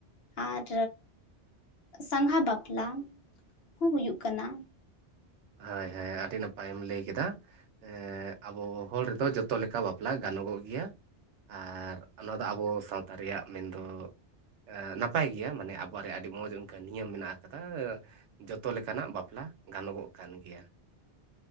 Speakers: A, on the left (about 65°); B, on the right (about 80°).
A: ᱟᱨ ᱥᱟᱸᱜᱷᱟ ᱵᱟᱯᱞᱟ ᱦᱚᱸ ᱦᱩᱭᱩᱜ ᱠᱟᱱᱟ᱾
B: ᱦᱳᱭ ᱦᱳᱭ ᱟᱹᱰᱤ ᱱᱟᱯᱟᱭᱮᱢ ᱞᱟᱹᱭ ᱠᱮᱫᱟ᱾ ᱮᱸᱜ ᱟᱵᱚ ᱦᱚᱲ ᱫᱚ ᱡᱚᱛᱚ ᱞᱮᱠᱟ ᱵᱟᱯᱞᱟ ᱜᱟᱱᱚᱜᱚᱜ ᱜᱮᱭᱟ᱾ ᱟᱨ ᱚᱱᱟ ᱫᱚ ᱟᱵᱚ ᱥᱟᱶᱛᱟ ᱨᱮᱭᱟᱜ ᱢᱮᱱᱫᱚ ᱮ ᱱᱟᱯᱟᱭ ᱜᱮᱭᱟ ᱢᱟᱱᱮ ᱟᱵᱚᱣᱟᱜ ᱨᱮ ᱟᱹᱰᱤ ᱢᱚᱡᱽ ᱚᱱᱠᱟ ᱱᱤᱭᱚᱢ ᱢᱮᱱᱟᱜ ᱟᱠᱟᱫᱟ ᱡᱚᱛᱚ ᱞᱮᱠᱟᱱᱟᱜ ᱵᱟᱯᱞᱟ ᱜᱟᱱᱚᱜᱚᱜ ᱠᱟᱱ ᱜᱮᱭᱟ᱾